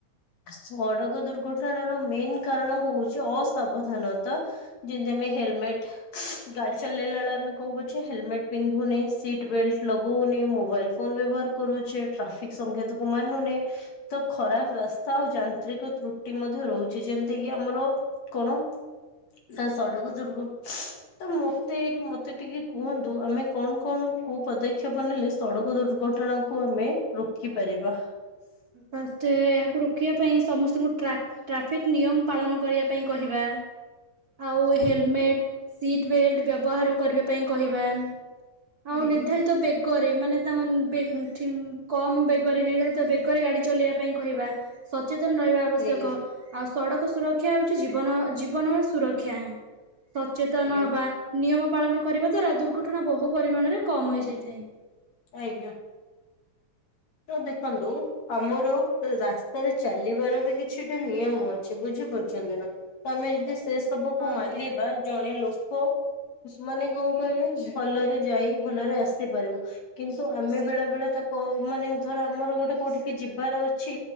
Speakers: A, on the left (about 60°); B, on the right (about 30°).
A: ସଡକ ଦୁର୍ଘଟଣାର ମେନ୍ କାରଣ ହଉଛି ଅସାବଧାନତା। ଯେମତି ଆମେ ହେଲମେଟ, ଗାଡି ଚଲେଇଲା ବେଳେ ଆମେ କଣ କରୁଛେ ହେଲମେଟ ପିନ୍ଧୁନେ। ସିଟ ବେଲ୍ଟ ଲଗଉନେ, ମୋବାଇଲ ଫୋନ ବ୍ୟବହାର କରୁଛେ, ଟ୍ରାଫିକ ସଂଙ୍କେତକୁ ମାନୁନେ। ତ ଖରାପ ରାସ୍ତା ଆଉ ଯାନ୍ତ୍ରିକ ତ୍ରୁଟି ମଧ୍ୟ ରହୁଛି। ଯେମିତି କିି ଆମର କଣ, ନା ସଡ଼କ ଦୂର୍ଘ ତ ମତେ ଏ ମତେ ଟିକେ କୁହନ୍ତୁ ଆମେ କଣ କଣ କୋଉ ପଦକ୍ଷେପ ନେଲେ ସଡକ ଦୁର୍ଘଟଣା କୁ ଆମେ ରୋକି ପାରିବା?
B: ଫଷ୍ଟ ଏହାକୁ ରୋକିବା ପାଇଁ ସମସ୍ତଙ୍କୁ ଟ୍ରାକ ଟ୍ରାଫିକ ନିୟମ ପାଳନ କରିବା ପାଇଁ କହିବା। ଆଉ ହେଲମେଟ୍, ସିଟ୍ ବେଲ୍ଟ୍ ବ୍ୟବହାର କରିବା ପାଇଁ କହିବା। ଆଉ
A: ଆଜ୍ଞା
B: ନିର୍ଦ୍ଧାରିତ ବେଗରେ ମାନେ ତାଙ୍କ <unintelligible> କମ ବେଗରେ ନିର୍ଦ୍ଧାରିତ ବେଗ ଗ ରେ ଗାଡି ଚଲେଇବା ପାଇଁ କହିବା। ସଚେତନ ରହିବା ଆବଶ୍ୟକ।
A: ଆଜ୍ଞା
B: ଆଉ ସଡକ ସୁରକ୍ଷା ହଉଛି ଜୀବନ ଜୀବନର ସୁରକ୍ଷା। ସଚେତନ
A: ଆଜ୍ଞା
B: ହବା। ନିୟମ ପାଳନ କରିବା ଦ୍ଵାରା ଦୁର୍ଘଟଣା ବହୁ ପରିମାଣରେ କମ ହେଇଯାଇଥାଏ।
A: ଆଜ୍ଞା ତ ଦେଖନ୍ତୁ ଆମର ରାସ୍ତାରେ ଚାଲିବାର ବି କିଛି ଟେ ନିୟମ ଅଛି। ବୁଝିପାରୁଛନ୍ତି ନା, ତ ଆମେ ଯଦି ସେ ସବୁକୁ
B: ହଁ
A: ମାନିବା
B: ଆଜ୍ଞା
A: ଜଣେ ଲୋ କ ମାନେ କଣ କହିଲେ ଭଲରେ ଯାଇ ଭଲରେ ଆସି ପାରିବ। କିନ୍ତୁ ଆମେ ବେଳେ ବେଳେ ତାକୁ ମାନେ ଧର ଆମର ଗୋଟେ କୋଉଠିକି ଯିବାର ଅଛି